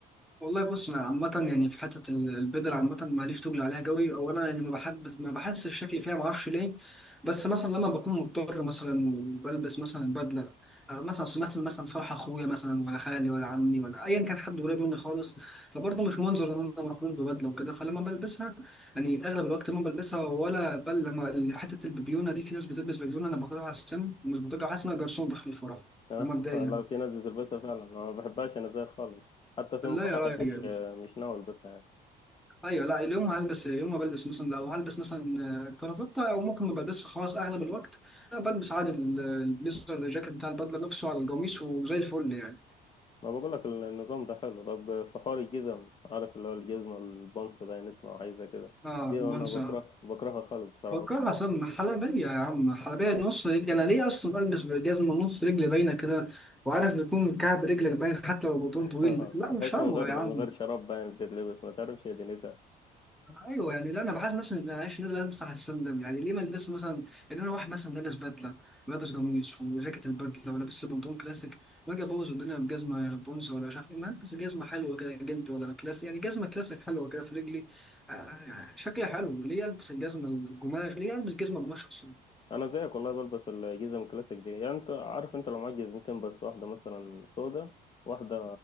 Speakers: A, in the centre; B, on the left (about 30°).
A: والله بص انا عامه يعني في حته ال- البدل عامه ماليش تقل عليها قوي او انا يعني ما بحب ما بحسش الشكل فيها ما اعرفش ليه بس مثلا لما بكون مضطر مثلا وبلبس مثلا بدله آه، مثلا أصل مثلا مثلا فرح اخويا مثلا ولا خالي ولا عمي ولا ايا كان حد قريب مني خالص فبرضه مش منظر ان انا مخلوش ببدله وكده فلما بلبسها يعني اغلب الوقت ما بلبسها ولا بل لما حته البيبيونه دي في ناس بتلبس بيبيونه انا بكرهها على السن ومش بطيقها حاسس ان أنا جرسون داخل الفرح
B: آه،
A: ده مبدئيا
B: <laughs> لا في ناس بتلبسها فعلا ما بحبهاش أنا زيها خالص حتى في
A: <laughs> لا
B: يوم فرحي
A: يا راجل
B: مش آه، مش ناوي ألبسها يعني.
A: ايوه لا اليوم هلبس يوم ما بلبس مثلا لو هلبس مثلا آه، كرافتة او ممكن ما بلبسش خلاص اغلب الوقت لا بلبس عادي ال- البليزر الجاكيت بتاع البدله نفسه على القميص وزي الفل يعني
B: ما بقول لك النظام ده حلو طب في حوار الجزم عارف اللي هو الجزمة البنص باين اسمه عايزة كده
A: اه
B: دي
A: رومانسي
B: انا بكره بكرهها خالص بصراحة
A: فكرها
B: بحب
A: اصلا حلبيه يا عم حلبيه نص رجل انا ليه اصلا بلبس جزمه نص رجل باينه كده وعارف بيكون كعب رجلك باين حتى لو البطن
B: <laughs>
A: طويل لا مش
B: بحس
A: حلوه
B: من غير
A: يا عم
B: من غير شراب باين تتلبس ما تعرفش هي دنيتها
A: ايوه يعني لا انا بحس نفسي معلش نازل البس على السلم يعني ليه ما البس مثلا يعني انا واحد مثلا لابس بدله ولابس قميص وجاكيت البدله ولابس بنطلون كلاسيك واجي ابوظ الدنيا بجزمه بونس ولا مش عارف ايه ما البس جزمه حلوه كده جلد ولا كلاسيك يعني جزمه كلاسيك حلوه كده في رجلي آه، شكلها حلو ليه البس الجزمه القماش ليه البس جزمه قماش اصلا
B: انا زيك والله بلبس الجزم الكلاسيك دي يعني انت عارف انت لو معاك جزمتين بس واحده مثلا سودا واحده